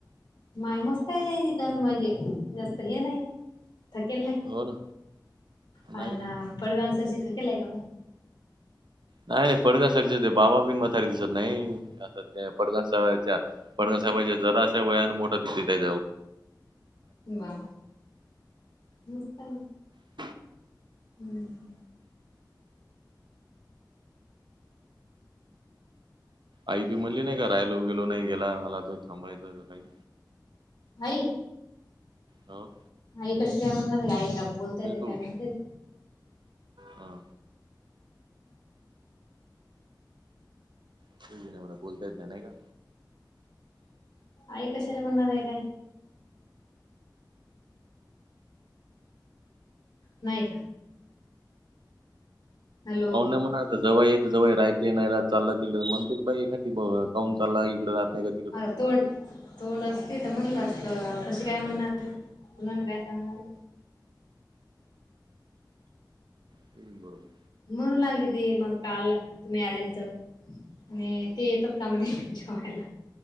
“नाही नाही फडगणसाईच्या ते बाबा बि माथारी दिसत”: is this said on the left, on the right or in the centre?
Right